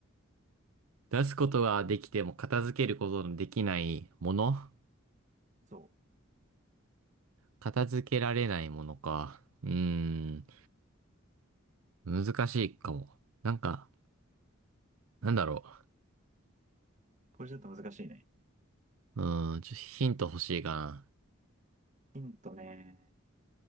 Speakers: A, on the right; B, on the right.
A: 出すことができても片付けることのできないもの
B: そ
A: 片付けられないものか。うーん、難しいかも。なんか、なんだろ
B: う。うん。これちょっと難しいね。
A: う。うーん、ちょっとヒント欲しいかな。
B: ヒントね。